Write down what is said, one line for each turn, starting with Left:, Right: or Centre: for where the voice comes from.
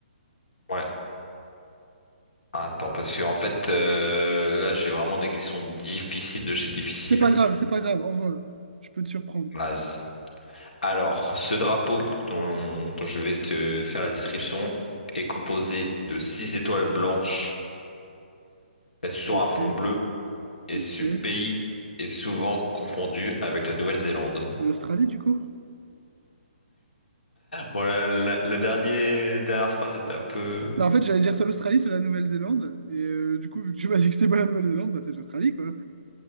Left: Ouais. Attends, parce que en fait, euh, là, j'ai vraiment des questions difficiles de chez difficiles.
Right: C'est pas grave, c'est pas grave, envoie. Je peux te surprendre.
Left: Vas-y. Alors, ce drapeau dont, dont je vais te faire la description est composé de six étoiles blanches sur
Right: Ok,
Left: un fond bleu et
Right: ok.
Left: ce pays est souvent confondu avec la Nouvelle-Zélande.
Right: L'Australie, du coup?
Left: Voilà, la, la dernier- dernière dernière phrase était un peu...
Right: Bah, en fait, j'allais dire soit l'Australie, soit la Nouvelle-Zélande. Et euh, du coup, vu que tu m'as dit que c'était pas la Nouvelle-Zélande, bah, c'est l'Australie, quoi.